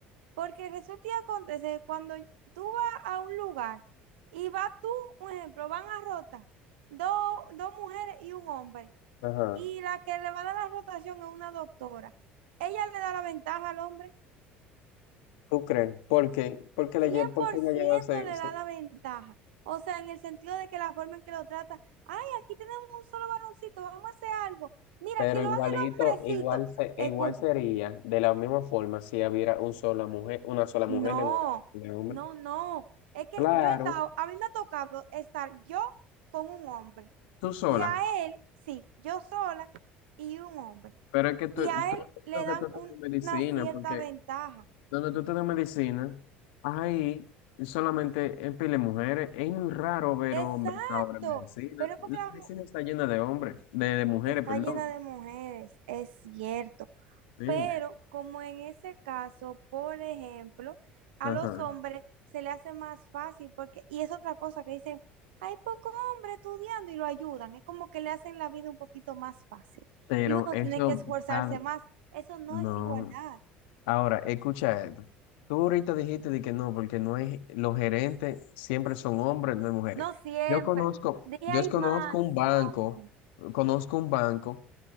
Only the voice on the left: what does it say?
Ajá.
¿Tú crees? ¿Por qué? Porque le
lle- porque
ella
lleva se-
se-
Pero
igualito,
igual, se- igual
sería de la misma forma si hubiera un sola mujer, una sola mujer
en un en hombre.
Claro,
tú sola.
Pero es que tú,
tú
creo que
tú estudias
medicina,
porque
donde tú estudias medicina, ahí solamente en pile mujeres. Es muy raro ver
hombres ahora en medicina.
La
medicina
está llena de hombres, de, de mujeres,
perdón.
Sí,
ajá.
Pero
eso
va,
no.
Ahora, escucha esto. Tú ahorita dijiste de que no, porque no hay, los gerentes siempre son hombres, no hay mujeres.
Yo conozco,
yo conozco
un banco,
conozco un banco